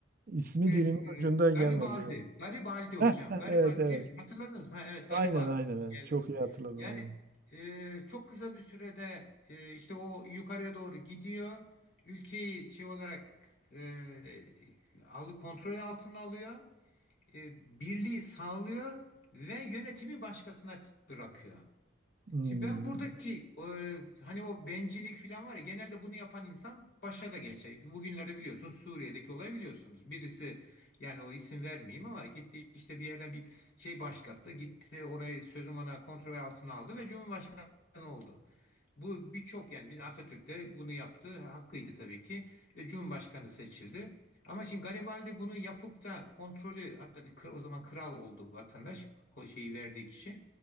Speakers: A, on the right; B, on the left.
A: İsmi
B: bir,
A: dilimin ucunda
B: e, Garibaldi,
A: gelmedi. yani.
B: Garibaldi hocam,
A: <laughs> Evet
B: Garibaldi
A: evet.
B: değil mi? Hatırladınız mı? Ha, evet Garibaldi
A: Aynen aynen. evet.
B: geldi.
A: Çok iyi hatırladım
B: Yani
A: aynen.
B: e, çok kısa bir sürede e, işte o yukarıya doğru gidiyor. Ülkeyi şey olarak e, alı kontrol altına alıyor. E, birliği sağlıyor ve yönetimi başkasına bırakıyor.
A: Hmm.
B: Şimdi ben buradaki e, hani o bencillik falan var ya genelde bunu yapan insan başa da geçer. Bugünlerde biliyorsunuz Suriye'deki olayı biliyorsunuz. Birisi yani o isim vermeyeyim ama gitti işte bir yerden bir şey başlattı. Gitti orayı sözüm ona kontrol altına aldı ve Cumhurbaşkanı oldu. Bu birçok yani biz Atatürk'te bunu yaptı. Hakkıydı tabii ki ve Cumhurbaşkanı seçildi. Ama şimdi Garibaldi bunu yapıp da kontrolü hatta bir kır, o zaman kral oldu bu vatandaş ko- şeyi verdiği kişi.